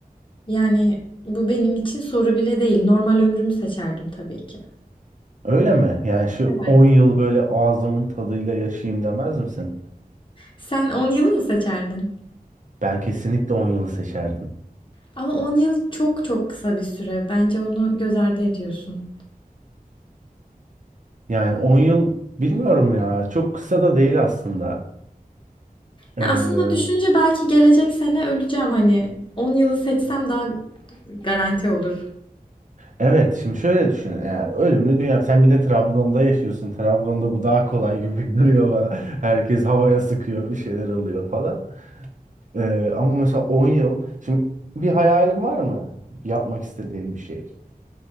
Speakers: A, on the left; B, on the right.
A: Yani bu benim için soru bile değil. Normal ömrümü seçerdim tabii ki.
B: Öyle mi? Yani şu
A: Evet.
B: 10 yıl böyle ağzımın tadıyla yaşayayım demez misin?
A: Sen 10 yılı mı seçerdin?
B: Ben kesinlikle 10 yılı seçerdim.
A: Ama 10 yıl çok çok kısa bir süre. Bence onu göz ardı ediyorsun.
B: Yani 10 yıl bilmiyorum ya. Çok kısa da değil aslında. Ee,
A: Ya aslında düşünce belki gelecek sene öleceğim hani 10 yılı seçsem daha garanti olur.
B: evet şimdi şöyle düşün. Yani ölümlü dünya. Sen bir de Trabzon'da yaşıyorsun. Trabzon'da bu daha kolay gibi <laughs> duruyor bana. Herkes havaya sıkıyor. Bir şeyler oluyor falan. Ee, ama mesela 10 yıl. Şimdi bir hayalin var mı? Yapmak istediğin bir şey.